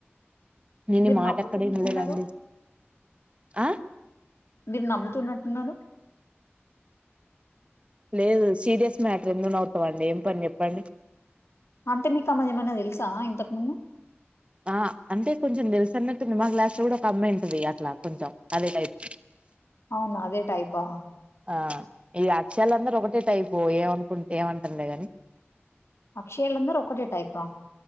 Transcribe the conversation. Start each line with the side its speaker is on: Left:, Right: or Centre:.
Right: నేను
Left: మీరు
Right: ఈ మాట
Left: నవ్వుతున్నట్టున్నారు,
Right: ఎక్కడే వినలేదండి, ఆ
Left: మీరు నవ్వుతున్నట్టున్నారు.
Right: లేదు సీరియస్ మ్యాటర్ ఎందుకు నావుతావండి ఏం పని చెప్పండి.
Left: అంటేమికు అమెది ఏమైనా తెలుసా ఇంతకు ముందు,
Right: ఆ అంటే కొంచెం తెలుసుసన్నట్టు మా క్లాస్ కూడా ఒక అమ్మాయి ఉంటది, అట్లా కొంచెం అదే టైప్
Left: అవునా అదే టైపా
Right: ఆ ఈ అక్షలు అందరూ ఒకటే టైపు ఏమనుకుంటే ఏమంటారలే గాని
Left: అక్షయాలందరు ఒకటే టైపా